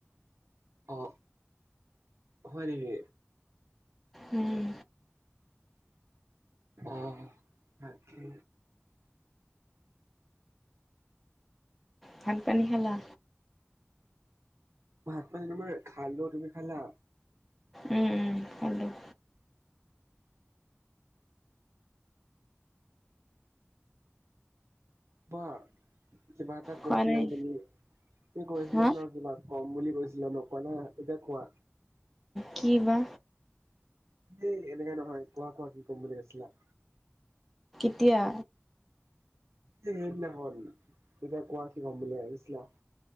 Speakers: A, on the right; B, in the centre.
A: অ হয় নেকি?
B: উম।
A: আহ তাকে।
B: ভাত পানী খালা?
A: ভাত পানী তোমাৰ খালো। তুমি খালা?
B: উম উম খালোঁ।
A: ক কিবা এটা কৈছিলা
B: খোৱা নাই
A: যে তুমি, তুমি কৈছিলা
B: হা
A: ন কিবা কম বুলি কৈছিলা নকলা এতিয়া কোৱা।
B: কি বা?
A: এই এনেকে নহয় কোৱা কোৱা কি ক'ম বুলি কৈছিলা
B: কেতিয়া?
A: সেইদিনাখন এতিয়া কোৱা কি ক'ম বুলি ভাবিছিলা।